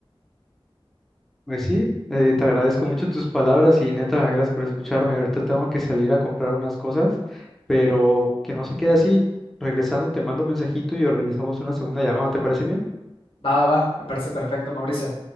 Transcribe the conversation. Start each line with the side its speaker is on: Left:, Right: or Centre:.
Centre: Pues sí, eh, te agradezco mucho tus palabras y neta, gracias por escucharme. Ahorita tengo que salir a comprar unas cosas, pero que no se quede así. Regresando, te mando mensajito y organizamos una segunda llamada. ¿Te parece bien?
Left: Va, va, va, me parece perfecto, Mauricio.